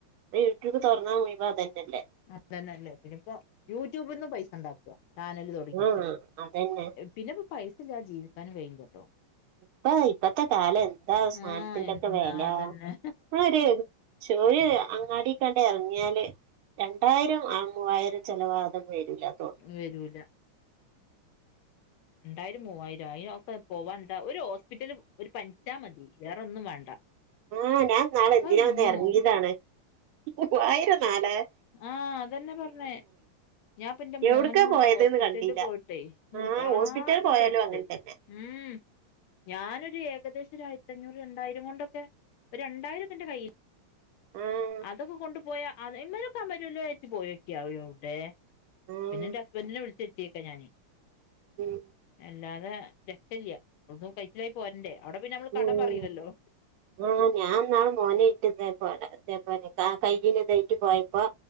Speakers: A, on the right; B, on the left.
A: അത് യൂട്യൂബ് തുറന്നാ മുയിവം അതന്നെയല്ലേ?
B: അതന്നെല്ലേ പിന്നെ ഇപ്പം യൂട്യൂബിൽന്നന്ന് പൈസ ഉണ്ടാക്കുക ചാനല് തുടങ്ങിയിട്ട്.
A: ആഹ് അതന്നെ
B: പിന്നെപ്പൊ പൈസ ഇല്ലാ ജീവിക്കാനും കഴിയു ലട്ടോ.
A: ഇപ്പ ഇപ്പത്തെ കാലം എന്താ അവ സ്ധനത്തിന്റെഒക്കെ
B: ആഹ് എന്താ
A: വല.
B: അതന്നെ
A: ആ ചോര് അങ്ങാടി കണ്ട് ഇറങ്ങിയാല്. രണ്ടായിരം ആ മൂവായിരം ചെലവാവതെ വരൂല്ലതോന്ണ്.
B: വരൂല. രണ്ടായിരം മൂവായിരം അതിനൊക്കെ പോവാണ്ട ഒരു ഹോസ്പിറ്റല് ഒരു പനി ഞ്ചാ മതി വേറെന്നും വേണ്ട.
A: ആഹ ഞാൻ നാള് എന്തിനാ
B: അതെന്റമ്മോ
A: ഒന്ന് ഇറങ്ങിയതാണ് മുവയിരം നാല്യിരം.
B: ആഹ അതന്നെ പറണ്. ഞാൻ പ്പന്റെ മോനിം
A: എവിടക്കാ
B: കൊണ്ട്
A: പോയത്ന്ന്
B: ഹോസ്പിറ്റലില്
A: കണ്ടില്ല
B: പോയിട്ടെ ഞാൻ
A: ആഹ്
B: പാകപ്പെട്ട്.
A: ഹോസ്പിറ്റൽ പോയാലും അങ്ങനെ തന്നെ
B: ആഹാ ഞാനൊരു ഏകദേശം ഒരു ആയിരത്തി അഞ്ഞൂറ് രണ്ടായിരം കൊണ്ടൊക്കെ ഒരു രണ്ടായിരംത്തി എന്റെ കയ്യിൽ.
A: ആഹ്
B: അതൊക്കെ കൊണ്ടു പോയാ അത് ഇയിമ്മലെക്കെ അമരെല പോയ് നൊകി. എവിടെ
A: ആഹ്
B: പിന്നെ ഹസ്ബൻഡിനെ വിളിച്ച് എത്തിക്കാണ് ഞാന്.
A: ഉം
B: അല്ലാതെ രക്ഷ് യില ഒന്നും കഴിച്ചിലായി പോരന്റെേ അവിടെ പിന്നെ നമ്മൾ കടം
A: ഉം
B: പറയില്ലല്ലോ?
A: ആഹ് ഞാൻ ന്നാള്മോനെ ഇട്ട് ഇതേ പോലെ അതേപോലെ കയ്യിൽ ഇതായിട്ട് പോയപ്പോ